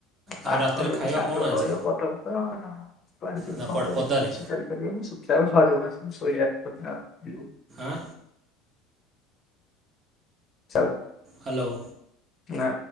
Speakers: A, on the left; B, on the right.
A: ତାଙ୍କ
B: ଆଉ ରାତିରେ
A: ଯଦି
B: ଖାଇବା
A: ସାଙ୍ଗ
B: କଣ ଆଜି
A: ରହିବ ପଥପଥ <unintelligible> କଁ
B: ନା କୁଆଡ଼େ
A: କରିବି
B: ପଦାରେ
A: କିଛି କରି ପାରିବନି <unintelligible> ଶୋଇବା କଥା ଇୟେ।
B: ଆଁ?
A: ସବ
B: ହ୍ୟାଲୋ।
A: ନା।